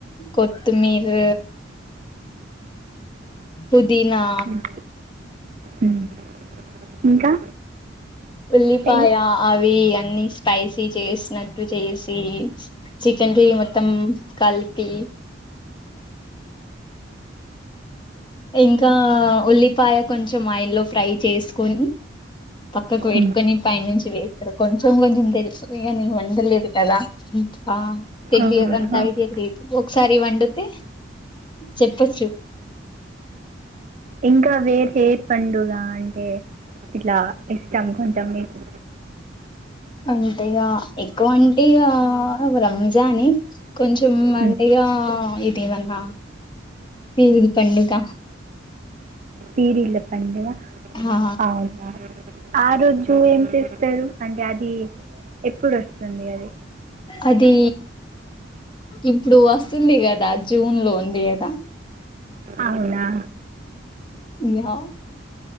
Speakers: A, on the left; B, on the right.
A: కొత్తిమీర్ పుదీనా
B: మ్మ్. మ్మ్. ఇంకా
A: ఉల్లిపాయ
B: ఏ-
A: అవి అన్ని స్పైసీ చేసినట్టు చేసి చికెన్ కి మొత్తం కల్పి ఇంకా ఉల్లిపాయ కొంచెం ఆయిల్ లో ఫ్రై చేసుకోని పక్కకు పెట్టుకొని
B: మ్మ్.
A: పైన నుంచి వేస్తారు కొంచెం కొంచెం తెలుసు ఇగ నేను వండలేదు కదా ఇంకా అ తెలియదు
B: ఆహా.
A: అంత ఐడియా లేదు ఒకసారి వండితే చెప్పొచ్చు
B: ఇంకా వేర్ ఏ పండుగ అంటే ఇట్లా ఇస్తాం కొంచం మీకు
A: అంటేగా ఎక్కువ అంటేగా రంజాన్ ఏం కొంచెం
B: హ్మ్.
A: అంటేగా ఇది మన వివిది పండుగ
B: తిరిల్ల పండుగ
A: ఆ
B: అవునా ఆ రోజు ఏం చే తెలుసు అంక అది ఎప్పుడు వస్తుంది అది
A: అది ఇప్పుడు వస్తుంది కదా జూన్ లో ఉంది కదా
B: అవునా
A: యా